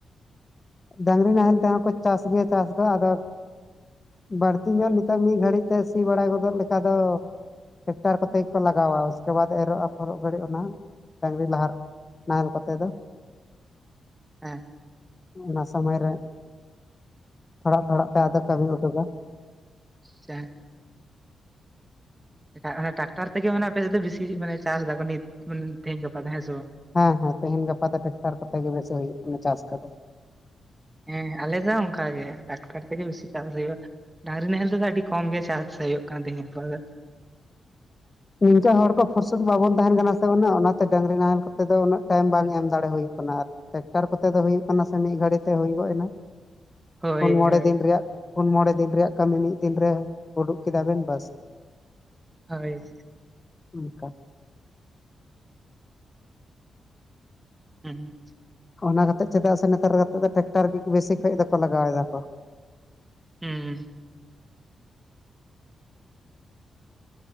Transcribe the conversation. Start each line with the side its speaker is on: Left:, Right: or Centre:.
Left: ᱰᱟᱝᱨᱤ ᱱᱟᱦᱮᱞ ᱛᱮᱦᱚᱸ ᱠᱚ ᱪᱟᱥ ᱜᱮᱭᱟ ᱪᱟᱥ ᱫᱚ ᱟᱫᱚ ᱵᱟᱹᱲᱛᱤ ᱧᱚᱜ ᱱᱤᱛᱚᱜ ᱢᱤᱫ ᱜᱷᱟᱹᱲᱤᱡ ᱛᱮ ᱥᱤ ᱵᱟᱲᱟᱭ ᱜᱚᱫᱚᱜ ᱞᱮᱠᱟ ᱫᱚ ᱴᱮᱠᱴᱟᱨ ᱠᱚᱛᱮ ᱜᱮᱠᱚ ᱞᱟᱜᱟᱣᱟ ᱩᱥᱠᱮ ᱵᱟᱫᱽ ᱮᱨᱚᱜ ᱟᱯᱷᱚᱨᱚᱜ ᱜᱷᱟᱹᱲᱤᱡ ᱚᱱᱟ ᱰᱟᱝᱨᱤ ᱞᱟᱦᱟ ᱟᱨ ᱟᱯᱮ ᱫᱚ?
Right: ᱦᱮᱸ
Left: ᱚᱱᱟ ᱥᱚᱢᱚᱭ ᱨᱮ ᱛᱷᱚᱲᱟ ᱛᱷᱚᱲᱟ ᱯᱮ ᱟᱫᱚ ᱠᱟᱹᱢᱤ ᱩᱴᱩᱠᱟ᱾
Right: ᱪ <unintelligible> ᱚᱱᱟ ᱴᱟᱠᱴᱟᱨ ᱛᱮ ᱜᱮ ᱢᱟᱱᱮ ᱟᱯᱮ ᱥᱮᱫ ᱫᱚ ᱵᱤᱥᱤ ᱢᱟᱱᱮ ᱪᱟᱥ ᱫᱟᱠᱚ ᱱᱤᱛ ᱛᱮᱦᱤᱧ ᱜᱟᱯᱟ ᱫᱚ ᱦᱮᱸ ᱥᱮ ᱵᱟᱝ?
Left: ᱦᱮᱸ ᱦᱮᱸ ᱛᱮᱦᱮᱧ ᱜᱟᱯᱟ ᱫᱚ ᱴᱮᱠᱴᱟᱨ ᱠᱚ ᱛᱮ ᱜᱮ ᱵᱮᱥᱤ ᱦᱩᱭᱩᱜ ᱠᱟᱱᱟ ᱪᱟᱥ ᱠᱚ ᱫᱚ᱾
Right: ᱦᱮᱸ ᱟᱞᱮ ᱫᱚ ᱚᱱᱠᱟ ᱜᱮ ᱴᱟᱠᱴᱟᱨ ᱛᱮᱜᱮ ᱵᱮᱥᱤ ᱪᱟᱥ ᱦᱩᱭᱩᱜᱼᱟ᱾ ᱰᱟᱝᱨᱤ ᱱᱟᱦᱮᱞ ᱛᱮ ᱫᱚ ᱟᱹᱰᱤ ᱠᱚᱢ ᱜᱮ ᱪᱟᱥ ᱦᱩᱭᱩᱜ ᱠᱟᱱᱟ ᱛᱮᱦᱮᱧ ᱜᱟᱯᱟ ᱫᱚ᱾
Left: ᱱᱤᱝᱠᱟᱹ ᱦᱚᱲ ᱠᱚ ᱯᱷᱩᱨᱥᱚᱛ ᱵᱟᱵᱚᱱ ᱛᱟᱦᱮᱸᱱ ᱠᱟᱱᱟ ᱥᱮ ᱩᱱᱟᱹᱜ ᱚᱱᱟ ᱛᱮ ᱰᱟᱺᱝᱨᱤ ᱱᱟᱦᱮᱞ ᱠᱚ ᱛᱮ ᱫᱚ ᱩᱱᱟᱹᱜ ᱴᱟᱭᱤᱢ ᱵᱟᱝ ᱮᱢ ᱫᱟᱲᱮ ᱦᱩᱭᱩᱜ ᱠᱟᱱᱟ ᱟᱨ᱾ ᱴᱮᱠᱴᱟᱨ ᱠᱚᱛᱮ ᱫᱚ ᱦᱩᱭᱩᱜ ᱠᱟᱱᱟ ᱥᱮ ᱢᱤᱫ ᱜᱷᱟᱹᱲᱤ ᱛᱮ ᱦᱩᱭ ᱜᱚᱫ ᱮᱱᱟ᱾
Right: ᱦᱳᱭ
Left: ᱯᱩᱱ ᱢᱚᱬᱮ
Right: ᱦᱳᱭ
Left: ᱫᱤᱱ ᱨᱮᱭᱟᱜ ᱯᱩᱱ ᱢᱚᱬᱮ ᱫᱤᱱ ᱨᱮᱭᱟᱜ ᱠᱟᱹᱢᱤ ᱢᱤᱫ ᱫᱤᱱ ᱨᱮ ᱩᱰᱩᱠ ᱠᱮᱫᱟ ᱵᱤᱱ ᱵᱟᱹᱥ᱾
Right: ᱦᱳᱭ᱾
Left: ᱚᱱᱠᱟ᱾
Right: ᱦᱮᱸ᱾
Left: ᱚᱱᱟ ᱠᱟᱛᱮᱫ ᱪᱮᱫᱟᱜ ᱥᱮ ᱱᱮᱛᱟᱨ ᱠᱟᱛᱮᱜ ᱫᱚ ᱴᱨᱟᱠᱴᱟᱨ ᱜᱮᱠᱚ ᱵᱮᱥᱤ ᱠᱷᱚᱡ ᱫᱚ ᱠᱚ ᱞᱟᱜᱟᱣ ᱫᱟ ᱠᱚ᱾
Right: ᱦᱩᱸ᱾